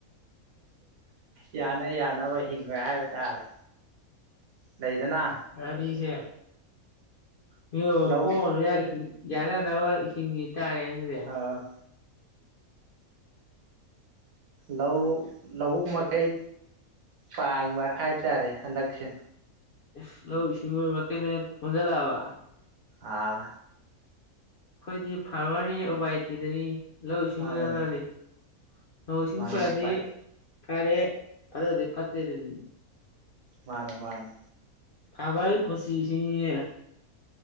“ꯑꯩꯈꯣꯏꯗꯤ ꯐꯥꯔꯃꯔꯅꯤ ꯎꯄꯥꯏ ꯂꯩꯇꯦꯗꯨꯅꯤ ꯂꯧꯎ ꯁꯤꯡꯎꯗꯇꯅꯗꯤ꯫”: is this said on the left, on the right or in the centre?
Left